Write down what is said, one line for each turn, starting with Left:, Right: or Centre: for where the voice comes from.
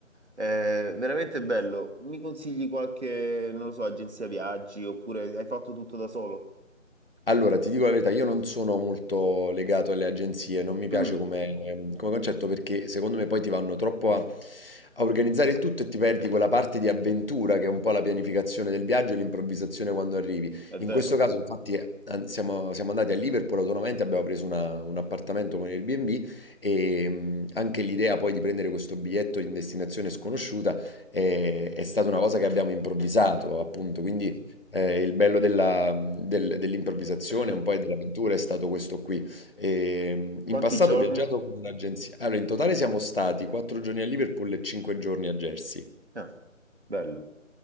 Right: È veramente bello. Mi consigli qualche, non lo so, agenzia viaggi oppure hai fatto tutto da solo?
Left: Allora, ti dico la verità, io non sono molto legato alle agenzie, non mi piace
Right: Mm,
Left: come, come concetto perché secondo me poi ti vanno troppo a, a organizzare il tutto e ti perdi quella parte di avventura che è un po' la pianificazione del viaggio e l'improvvisazione quando arrivi.
Right: è
Left: In
Right: vero.
Left: questo caso, infatti, eh, an- siamo, siamo andati a Liverpool autonomamente, abbiamo preso una- un appartamento con Airbnb e mh, anche l'idea poi di prendere questo biglietto in destinazione sconosciuta è, è stata una cosa che abbiamo improvvisato, appunto, quindi... Eh, il bello della del dell'improvvisazione,
Right: <laughs>
Left: un po' e dell'avventura è stato questo qui. Ehm, in
Right: Quanti
Left: passato
Right: giorni?
Left: ho viaggiato con un'agenzia allora in totale siamo stati 4 giorni a Liverpool e 5 giorni a Jersey.
Right: Ah, bello.